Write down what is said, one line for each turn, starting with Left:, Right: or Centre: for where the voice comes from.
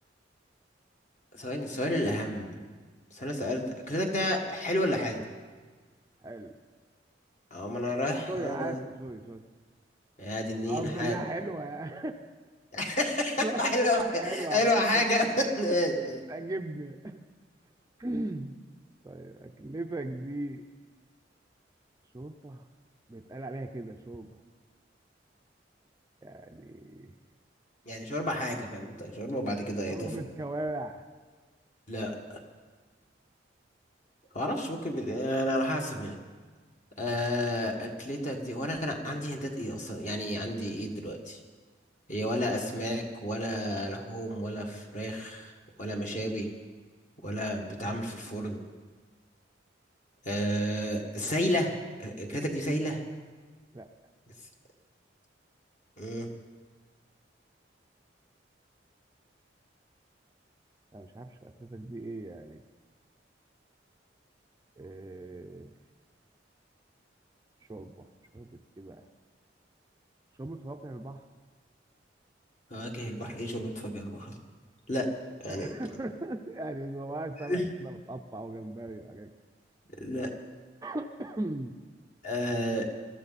Left: ثواني السؤال الأهم بس أنا سألت أكلتك ده حلو ولا حادق؟
Right: حلو
Left: أه ما أنا رايح
Right: إيه، سوري
Left: آه
Right: عادي سوري سوري
Left: يا دي النيل
Right: قصدي
Left: حادق
Right: انها حلوه يعني
Left: <laughs>
Right: <laughs> قصدي
Left: حلو
Right: انها حلوه
Left: حلو
Right: عجبتني
Left: حاجة <laughs> ماشي.
Right: عجبني <clears throat> طيب اكلتك دي شوربه بيتقال عليها كده شوربه يعني
Left: يعني شوربة حاجة فاهم أنت شوربة وبعد كده
Right: شوربة
Left: إضافة
Right: كوارع
Left: لا ما اعرفش ممكن بت... آه، انا على حسب يعني آه، اكلتك دي وانا كان عندي هندات ايه اصلا يعني عندي ايه دلوقتي هي ولا اسماك ولا لحوم ولا فراخ ولا مشاوي ولا بتعمل في الفرن أه سايله اكلتك دي سايله
Right: لا
Left: بس- مم.
Right: انا مش عارف اكلتك دي ايه يعني إيه شوربة شوربة ايه بقى شوربة فواكه البحر
Left: فواكه البحر ايه شوربه فواكه البحر لا
Right: <laughs>
Left: يعني ك-
Right: يعني جواها سمك
Left: <laughs>
Right: كده متقطع وجمبري وحاجات كده
Left: لا
Right: <coughs>
Left: أه